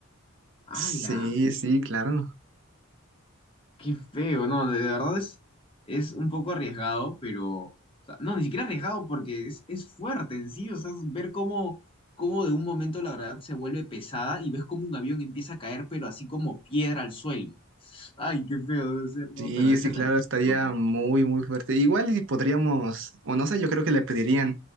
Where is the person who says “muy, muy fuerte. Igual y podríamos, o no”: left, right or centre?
Right